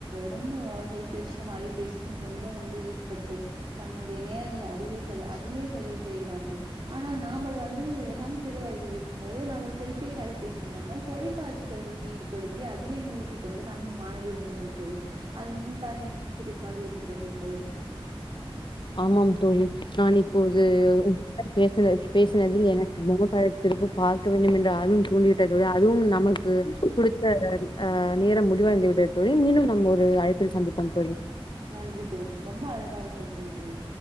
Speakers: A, on the right; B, on the left.
A: ரொம்ப எல் பேசிக்கும் அலை பேசிக்கும் ரொம்ப வந்து ஈடுபட்டு தன்னுடைய நேரங்கள அதுவே செ அதிலே செலவு செய்கிறார்கள் ஆனால் நாம்பல் வந்து நம் திற வயதிற்க கும்போது நாமல் செல்பேசி அலைப்பேசி இல்லாமல் தொலைக்காட்சிகளுக்கு ஈடுபடுத்தி அதிலே மூழ்கிக் கொண்டு நம் ஆனதில் இருந்தோம் தோழி அதை நினைத்தால் எனக்கு சிரிப்பாக இருக்கிறது இப்பொழுதும்
B: ஆமாம் தோழி நான் இப்போது உப் பேசுன பேசுனதில் எனக்கு முக பழத்திற்கு பார்க்க வேண்டும் என்ற ஆர்வம் தூண்டிவிட்டத அதுவும் நா நமக்கு குடுத்த அ நேரம் முடிவடைந்துவிட்டது தோழி மீண்டும் நம்ம ஒரு அழைப்பில் சந்திப்போம் தோழி
A: நன்றி தோழி ரொம்ப அழகாக பஸ்னீங்க தோழி